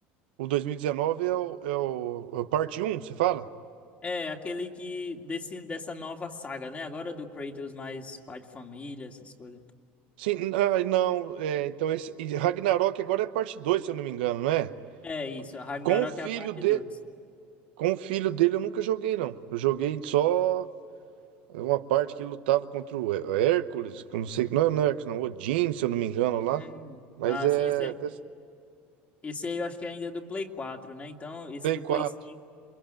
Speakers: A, on the right; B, on the left.
A: O 2019 é o, é o, é o parte Um, você fala?
B: É, aquele que desse, dessa nova saga, né? Agora do Kratos mais pai de família, essas coisas.
A: Sim, ah, não. é, então esse e Ragnarok agora é parte 2, se eu não me engano, não é?
B: É isso, a Ragnarok
A: Com o filho
B: é a parte
A: de,
B: dois
A: com o filho dele eu nunca joguei, não. Eu joguei só. Uma parte que lutava contra o Hé- Hércules, que eu não sei, não, é não é Hércules, não, Odin, se eu não me engano lá.
B: Hum.
A: Mas
B: Ah,
A: é
B: sim, esse, é
A: dessa-
B: Esse aí eu acho que ainda é do Play quatro, né? Então, esse
A: Play
B: do
A: 4.
B: Play cinco,